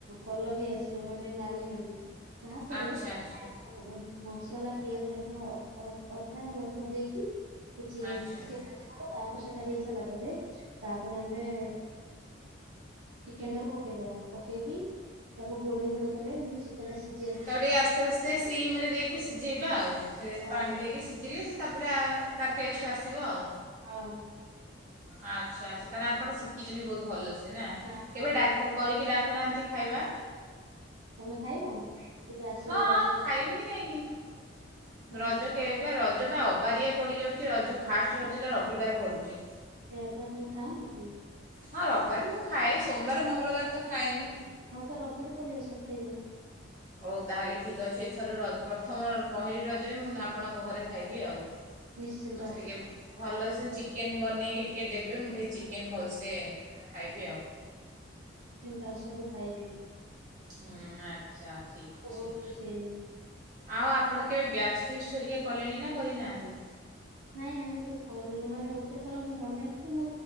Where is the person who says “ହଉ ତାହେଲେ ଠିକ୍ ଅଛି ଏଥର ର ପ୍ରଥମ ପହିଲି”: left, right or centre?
Right